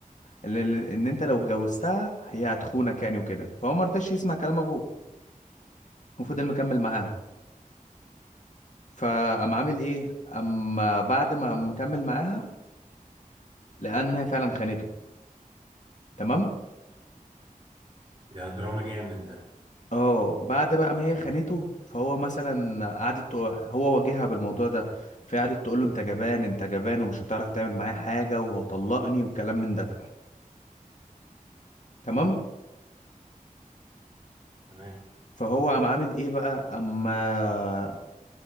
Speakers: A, on the left; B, on the right.
A: ان إن انت لو اتجوزتها هي هتخونك يعني وكده فهو ما رضاش يسمع كلام ابوه وفضل مكمل معاها فقام عامل ايه اما بعد ما قام مكمل معاها لانها فعلا خانته تمام
B: ده دراما جامد ده
A: اه بعد بقى ما هي خانته فهو مثلا قعدت تق- هو واجهها بالموضوع ده فقعدت تقول له انت جبان انت جبان ومش هتعرف تعمل معايا حاجه وطلقني والكلام من ده تمام
B: تمام
A: فهو قام عامل ايه بقى اما